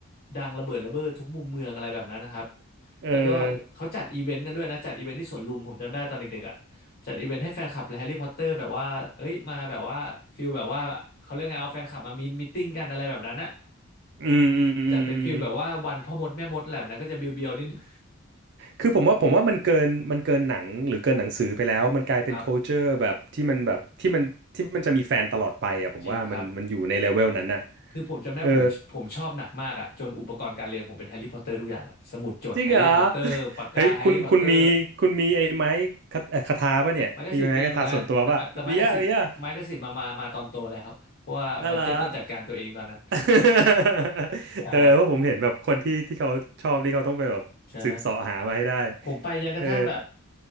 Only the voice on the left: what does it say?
ดังระเบิดระเบ้อทุกมุมเมืองอะไรแบบนั้นนะครับ
แล้วก็เขาจัดอีเวนต์กันด้วยนะจัดอีเวนต์ที่สวนลุมผมจำได้ตอนเด็กๆอ่ะจัดอีเวนต์ให้แฟนคลับแฮร์รี่พอตเตอร์แบบว่าเอ้ยมาแบบว่าฟิลแบบว่าเขาเรียกไงเอาแฟนคลับมามีมีตติ้งกันอะไรแบบนั้นอะ
จัดเป็นฟิลแบบว่าวันพ่อมดแม่มดแหละนะก็จะเบียวๆนิดนึง
<laughs> ครับ
จริงครับคือผมจำได้ผมผมชอบหนักมากอะจนอุปกรณ์การเรียนผมเป็นแฮร์รี่พอตเตอร์ทุกอย่างอะสมุดจดแฮร์รี่พอตเตอร์ปากกาแฮร์รี่พอตเตอร์
ไมกกาสินมีเหมือนกันแต่ไม้แต่ไมกกาซินไมกกาซินมามามาตอนโตแล้วเพราะว่าบัดเจ็ตต้องจัดการตัวเองตอนนั้น
ใช่
ใช่ผมไปยังกระทั่งแบบ